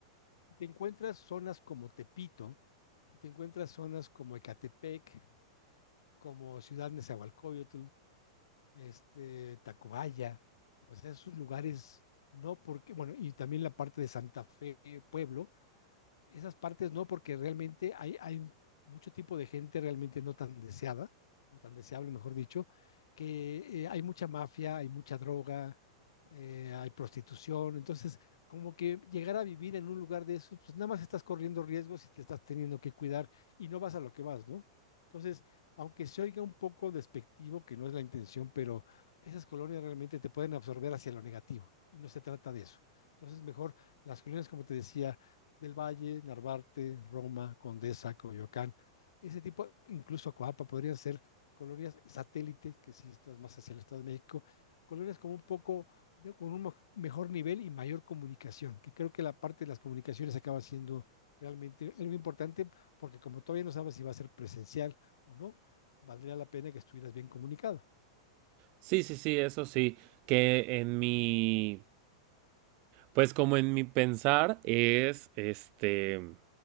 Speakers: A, on the left (about 80°); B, on the right (about 50°).
A: Si te encuentras zonas como Tepito, si te encuentras zonas como Ecatepec, como Ciudad Nezahualcóyotl, este, Tacubaya, o sea, esos lugares, no porque, bueno, y también la parte de Santa Fe, Pueblo, esas partes no, porque realmente hay, hay mucho tipo de gente realmente no tan deseada, o tan deseable, mejor dicho, que eh, hay mucha mafia, hay mucha droga, eh, hay prostitución, entonces como que llegar a vivir en un lugar de eso, pues nada más estás corriendo riesgos y te estás teniendo que cuidar y no vas a lo que vas, ¿no? Entonces, aunque se oiga un poco despectivo, que no es la intención, pero esas colonias realmente te pueden absorber hacia lo negativo y no se trata de eso. Entonces, mejor las colonias, como te decía, del Valle, Narvarte, Roma, Condesa, Coyoacán. Ese tipo, incluso Coapa, podrían ser colonias satélite, que si estás más hacia el Estado de México, colonias como un poco, de, con un mejor nivel y mayor comunicación, que creo que la parte de las comunicaciones acaba siendo realmente algo importante, porque como todavía no sabes si va a ser presencial o no, valdría la pena que estuvieras bien comunicado.
B: Sí, sí, sí, eso sí. Que en mi, pues como en mi pensar es este